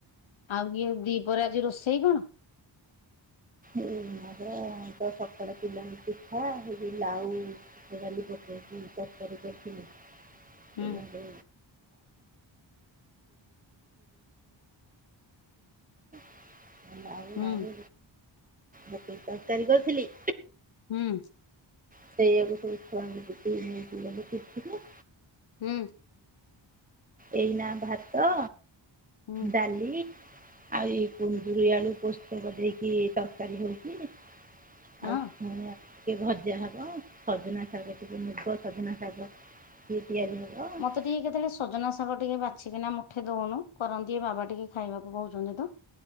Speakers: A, on the left; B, on the right.
A: ଆଉ ଇଏ ଦି ପହରେ ଆଜି ରୋଷେଇ କଣ?
B: ଆମର ତ ସକାଳେ ପିଲାଙ୍କୁ ପିଠା ହେ ଲାଉ ଡାଲି ପକେଇ ତରକାରୀ କରିଥିଲି
A: ହୁଁ
B: ପିଲାଙ୍କୁ <unintelligible>
A: ଉଁ।
B: ଆଳୁ ତରକାରୀ କରିଥିଲି।
A: ହୁଁ।
B: ସେଇଆକୁ ସବୁ ଛୁଆଙ୍କୁ ଦେଲି ନେଇକି ଗଲେ ଟିଫିନି।
A: ହୁଁ।
B: ଏଇ ନା ଭାତ,
A: ହୁଁ
B: ଡାଲି ଆଉର ଏଇ କୁନ୍ଦୁରି ଆଳୁ ପୋସ୍ତକ ଦେଇକି ତରକାରୀ ହଉଚି। ଆଉ
A: ହଁ।
B: ଛୁଇଁ ଆ ଟିକେ ଭଜା ହବ, ସଜନା ଶାଗ ଟିକେ, ମୁଗ ସଜନା ଶାଗ ଟିକେ ତିଆରି ହବ। ଆଉ
A: ମତେ ଟିକେ କେତେବେଳେ ସଜନା ଶାଗ ଟିକେ ବାଛିକିନା ମୁଠେ ଦଉନୁ କରନ୍ତି, ବାବା ଟିକେ ଖାଇବାକୁ କହୁଛନ୍ତି।